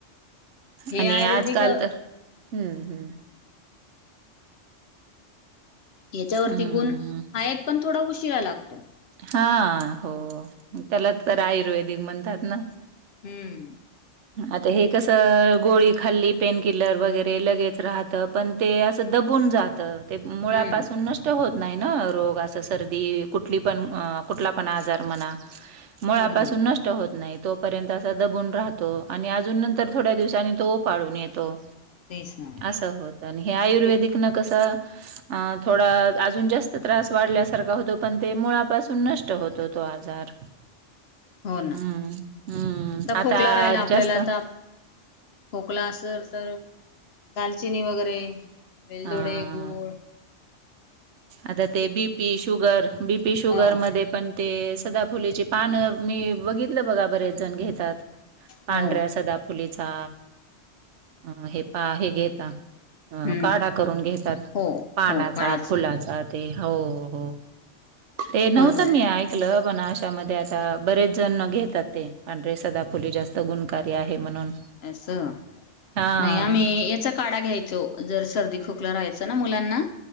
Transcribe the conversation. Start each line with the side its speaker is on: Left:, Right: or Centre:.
Left: हे
Right: आणि
Left: आयुर्वेदिक
Right: आजकाल
Left: हा
Right: तर हम्म हम्म!
Left: हच्यावरती
Right: हं,
Left: गुण हायात पण थोडा उशिरा लागतो.
Right: हा, हो त्याला तर आयुर्वेदिक म्हणतात ना.
Left: हम्म!
Right: आता हे कसं गोळी खाल्ली पेन किलर वगैरे, लगेच राहतं पण ते असं दब दबून जातं ते मुळापासून
Left: हम्म
Right: नष्ट होत नाही, ना रोग आस सर्दी कुठली पण कुठला, पण आजार म्हणा मुळापासून
Left: हो ना हो
Right: नष्ट होत नाहीत पण तोपर्यंत असा दबून राहतो. आणि अजून
Left: तेच
Right: नंतर
Left: ना
Right: थोड्या दिवसांनी तो उपाडून येतो.
Left: तेच ना.
Right: असं होत. आणि हे आयुर्वेदिक
Left: ते
Right: न कसं अ थोडं अजून जास्त त्रास वाढल्यासारखा होतो, पण ते मुळापासून नष्ट होतो, तो आजार.
Left: हो ना
Right: हम्म हम्म! आता
Left: खोकला राहिला आपल्याला
Right: जास्तं.
Left: आता खोकला असलं तर दालचिनी वगैरे वेलदोडे,
Right: हां.
Left: गुळ
Right: आता ते B P sugar B P शुगर
Left: हा
Right: मध्ये पण ते सदाफुलीचे पान मी बघितलं बघा बरेच जण घेतात. पांढऱ्या
Left: हो
Right: सदाफुलीचा अ हे पा हे घेता.
Left: हम्म
Right: अ, काढा करून घेतात.
Left: हो
Right: पानाचा
Left: हो काळाच
Right: फुलाचा ते हो हो. ते
Left: बरोबर
Right: नव्हतं मी ऐकलं. पण अशामध्ये आता बरेच जण घेतात, ते सदाफुली जास्त गुणकारी आहे म्हणून.
Left: असं
Right: हां.
Left: नाही आम्ही, याचा काढा घ्यायचो, जर सर्दी खोकला राहायचो. मुलांना